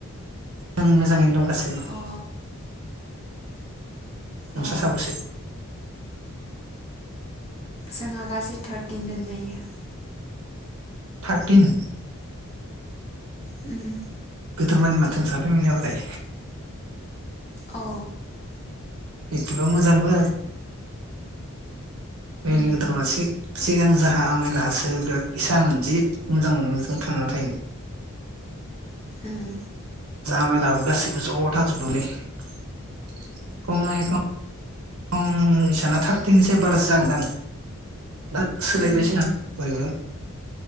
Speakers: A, on the right; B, on the left.
A: ओं मोजाङैनो दं। गासैबो।
B: अ
A: नोंसा
B: अ
A: साबोसे?
B: जोंहा गासै थारटिन जोनजायो।
A: थारटिन?
B: उम।
A: गोदोर मानि माथो नोंसा ओमबालाय।
B: औ।
A: बिदिबा मोजांबो। नोंनि
B: उम
A: गोदोर मासि। सिगां जाहा आमायलाहासो बिराद बिसामोन जि मोजां मोनोमोन जों थांनानै थाहैनो।
B: उम
A: जाहा आमायलाहाबो गासिबो ज' थाजोबो मोनलै <unintelligible> ओम इसाना थारतिनसाय बारासो जागोनदां। दा सोलायबायसै
B: उम
A: आं बयबो